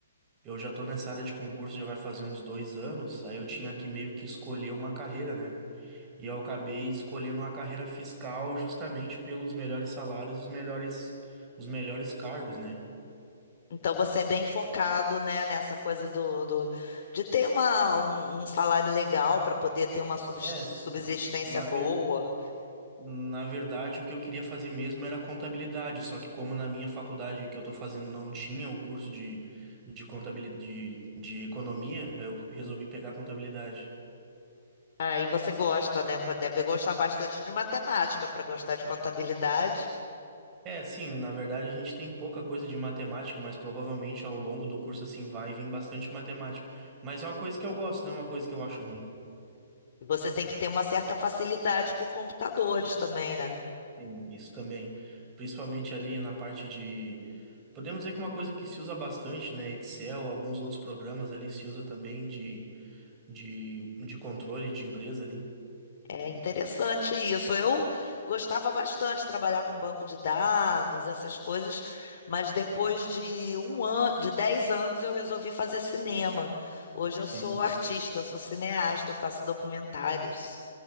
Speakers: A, on the right (about 25°); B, on the left (about 50°).
A: eu já tô nessa área de concurso já vai fazer uns dois anos, aí eu tinha que meio que escolher uma carreira, né? E eu acabei escolhendo uma carreira fiscal justamente pelos melhores salários, os melhores, os melhores cargos, né?
B: Então você é bem focado, né, nessa coisa do, do- de ter uma, um, um salário legal para poder ter uma subs-
A: É, sim.
B: subsistência
A: Na
B: boa.
A: ver- Na verdade, o que eu queria fazer mesmo era contabilidade, só que como na minha faculdade que eu estou fazendo não tinha o curso de, de contabilidade, de, de economia, eu resolvi pegar contabilidade.
B: Aí você gosta, né? pô, Deve gostar bastante de matemática para gostar de contabilidade.
A: É, sim, na verdade a gente tem pouca coisa de matemática, mas provavelmente ao longo do curso assim vai vir bastante matemática. Mas é uma coisa que eu gosto, não é uma coisa que eu acho ruim.
B: E você tem que ter uma certa facilidade com computadores também, né?
A: Sim, isso também, principalmente ali na parte de Podemos dizer que uma coisa que se usa bastante, né, Excel, alguns outros programas ali se usa também de de, de controle de empresa ali.
B: É interessante isso. Eu gostava bastante de trabalhar com banco de dados, essas coisas, mas depois de um ano, de 10 anos, eu resolvi fazer cinema. Hoje eu sou
A: Sim,
B: artista, eu sou cineasta, eu faço documentários.